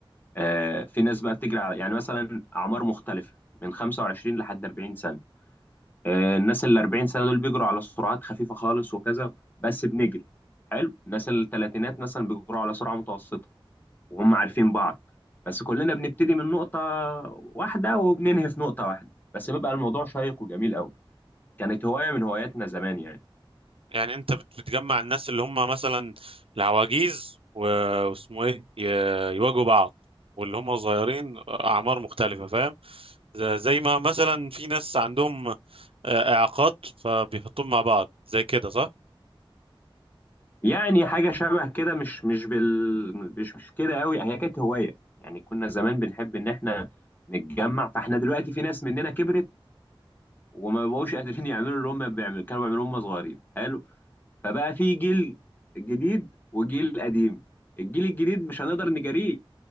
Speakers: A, on the left; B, on the right.
A: آه في ناس بقى بتجري على يعني مثلا أعمار مختلفة من 25 لحد 40 سنة آه الناس ال 40 سنة دول بيجروا على سرعات خفيفة خالص وكذا بس بنجري حلو الناس الثلاثينات مثلا بيجروا على سرعة متوسطة وهم
B: مم.
A: عارفين بعض بس كلنا بنبتدي من نقطة واحدة وبننهي في نقطة واحدة بس بيبقى الموضوع شيق وجميل قوي كانت هواية من هواياتنا زمان يعني
B: يعني انت بت- بتجمع الناس اللي هم مثلا العواجيز و- واسمه ايه ي- يواجهوا بعض واللي هم صغيرين اعمار مختلفة فاهم ز- زي ما مثلا في ناس عندهم آه، اعاقات فبيحطوهم مع بعض زي كده صح
A: يعني حاجة شبه كده مش مش بال مش مش كده قوي هي كانت هواية يعني كنا زمان بنحب ان احنا نتجمع فاحنا دلوقتي في ناس مننا كبرت وما بقوش قادرين يعملوا اللي هم بيعمل كانوا بيعملوه هم صغيرين حلو فبقى في جيل جديد وجيل قديم الجيل الجديد مش هنقدر نجاريه